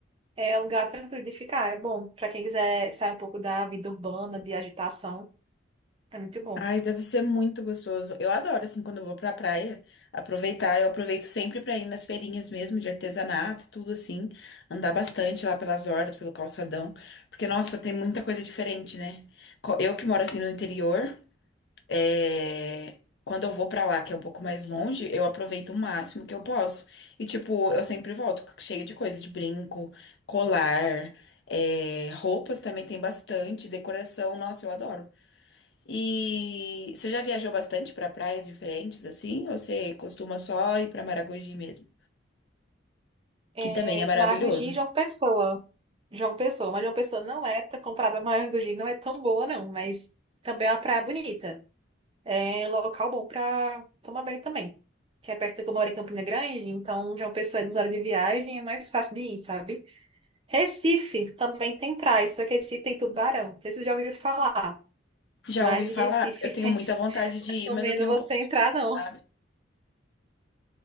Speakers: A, on the right (about 30°); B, on the left (about 60°).
A: É um lugar tranquilo de ficar. É bom pra quem quiser sair um pouco da vida urbana, de agitação. É muito bom.
B: Ai, deve ser muito gostoso. Eu adoro, assim, quando eu vou pra praia, aproveitar. Eu aproveito sempre pra ir nas feirinhas mesmo, de artesanato, tudo assim. Andar bastante lá pelas orlas, pelo calçadão. Porque, nossa, tem muita coisa diferente, né? Co- Eu que moro, assim, no interior, é, quando eu vou pra lá, que é um pouco mais longe, eu aproveito o máximo que eu posso. E, tipo, eu sempre volto cheia de coisa, de brinco, colar, é, roupas também tem bastante, decoração. Nossa, eu adoro. E você já viajou bastante para praias diferentes assim? Ou você costuma só ir para Maragogi mesmo?
A: É,
B: Que também é maravilhoso.
A: Maragogi e João Pessoa. João Pessoa, mas João Pessoa não é, comparada a Maragogi, não é tão boa, não, mas também é uma praia bonita. É local bom para tomar banho também. Que é perto que eu moro em Campina Grande, então já é uma pessoa é horas de viagem, é mais fácil de ir, sabe? Recife também tem praia, só que Recife tem tubarão. Não sei se você já ouviu falar,
B: Já
A: mas
B: ouvi falar,
A: em Recife
B: eu tenho
A: <laughs> tem.
B: muita vontade de ir,
A: Não
B: mas
A: recomendo
B: eu tenho
A: você
B: um pouco
A: entrar,
B: de
A: não.
B: medo, sabe?